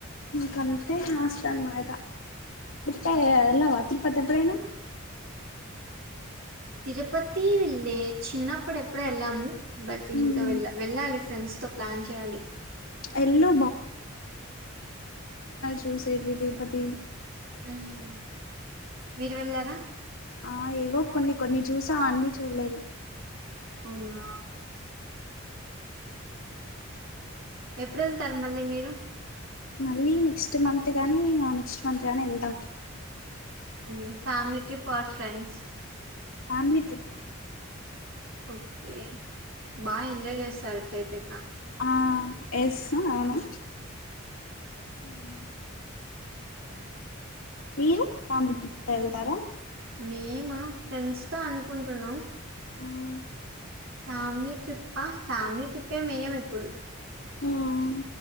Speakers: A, on the left; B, on the right.
A: క అంతే ఇంగ హాస్టల్ అనమాట తే ఎల్లావా తిరుపతి ఎప్పుడైనా
B: తిరుపతి ఇల్ ఏ చిన్నప్పుడు ఎప్పుడే వెళ్ళాము బట్ ఇంకా
A: మ్మ్
B: వెళ్ వెళ్ళాలి ఫ్రెండ్స్ తో ప్లాన్ చేయాలి
A: ఎల్లు చూసేకి తిరుపతి
B: మ్మ్ మీరు వెళ్ళారా
A: ఆ ఏవో కొన్ని కొన్ని చూసా అన్ని చూడలేదు
B: అవునా ఎప్పుడు వెళ్తారు మళ్ళీ మీరు
A: మళ్ళీ నెక్స్ట్ మంత్ అంతేగాని ఆ నెక్స్ట్ మంత్ గాని వెళ్తాం
B: మ్మ్ ఫ్యామిలీ ట్రిప్ ఆ ఫ్రెండ్స్
A: ఫ్యామిలీ ట్రిప్
B: ఓకే బా ఎంజాయ్ చేసారు అట్టయితే
A: ఆ ఎస్ అవును ఊమ్ మీరు ఫ్యామిలీ ట్రిప్ తో వెళ్తారా
B: మేమా ఫ్రెండ్స్ స్తా అనుకుంటున్నాం
A: మ్మ్
B: ఫ్యామిలీ ట్రిప్ప ఫ్యామిలీ ట్రిప్ ఏం వెయ్యం ఇప్పుడు
A: ఉమ్